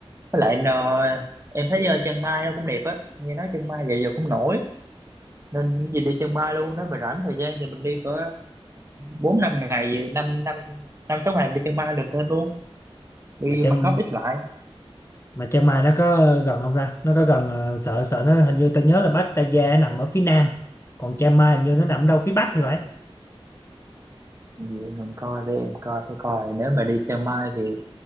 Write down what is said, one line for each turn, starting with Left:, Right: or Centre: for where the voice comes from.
Right: với lại anh, ờ, em thấy ờ, Chiang Mai nó cũng đẹp á nghe nói Chiang Mai giờ giờ cũng nổi nên cái gì đi chân Mai luôn nếu mà rảnh thời gian thì mình đi cỡ bốn năm ngày năm năm năm sáu ngày mình đi chân Mai được thêm luôn đi
Left: mà trong
Right: Bangkok ít lại
Left: mà Chiang Mai nó có gần không ra nó có gần ờ, sợ sợ nó hình như ta nhớ là Bắc Pattaya nằm ở phía nam còn Chiang Mai hình như
Right: ừ.
Left: nó nằm đâu phía bắc thì phải
Right: vậy mình coi để em coi tôi coi nếu mà đi Chiang Mai thì